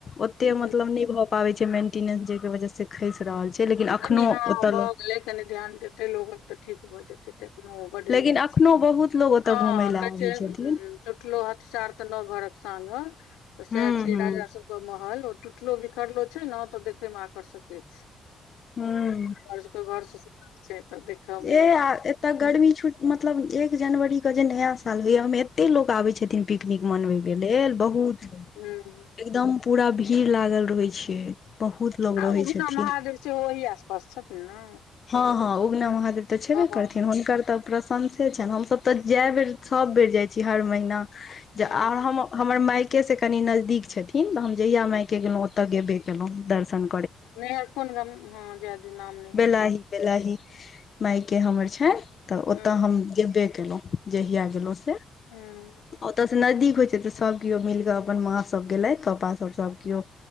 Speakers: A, on the left; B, on the left.
A: ओते
B: हूँ
A: मतलब नै भऽ पाबै छै मेंटिनेंस जेके वजह से ई खैस रहल छै लेकिन अखनो
B: कनि हाँ
A: ओतऽ
B: भ
A: लोग
B: गेलै कनि ध्यान देतै लोगब त ठीक भऽ जेतै तखनो बड
A: लेकिन
B: नीक
A: अखनो
B: छै
A: बहुत लोग ओतय
B: हँ
A: घूमय लए
B: कहै
A: आबै
B: छै
A: छथिन
B: हुॅं टूटलो हथसार तऽ न घरक सांगर तऽ सएह
A: हूं
B: छियै
A: हूं।
B: राजा सबके महल ओ टूटलो बिखरलो छै ने तऽ देखयमे आकर्षके दै छै
A: हुंंऽ
B: हमर सब केघरसँ छै तऽ देखयमे
A: ए एतय गर्मी छुट मतलब एक जनवरी के जे नया साल होय ओय में एत्तेक लोक आबे छै पिकनिक मनबय के लेल बहुत
B: हुॅं
A: एकदम पुरा भीड़ लागल रहै छै पे बहुत लोग
B: आ
A: रहै
B: उगना
A: छथिन
B: महादेव सेहो ओहि आसपास छथिन ने
A: हँ हँ उगना महादेव तऽ छेबे
B: बाबाह
A: करथिन हुनकर तऽ प्रशंसे छैन हमसभ तऽ जै बेर सब बेर जाइ छी हर महिना ज
B: हँ
A: आं हम्मर हमर मायके से कनि नजदीक छथिन त हम जहिया मायके गेलहुँ ओत गेबै केलों दरशन
B: नहियर कोन गम हँ जै दिऔ नाम नैहें
A: बेलाही
B: कहियौ
A: बेलाही माायके हमर छय तऽ ओतऽ
B: हँ
A: हम गेबे केलहुं जहिया गेलहुं से
B: हँ
A: ओत स नजदीक होइ छै तऽ सब केओ मिल के अपन माँ सब गेलैथ पपा सऽ पर सभ केओ